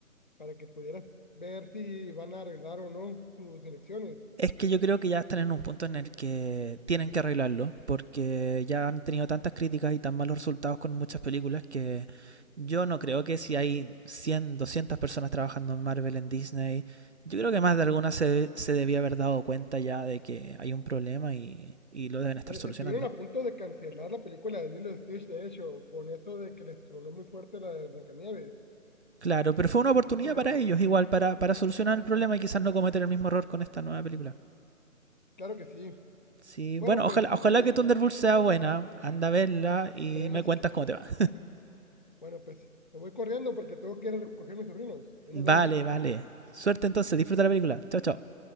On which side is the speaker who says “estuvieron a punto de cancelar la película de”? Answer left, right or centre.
Left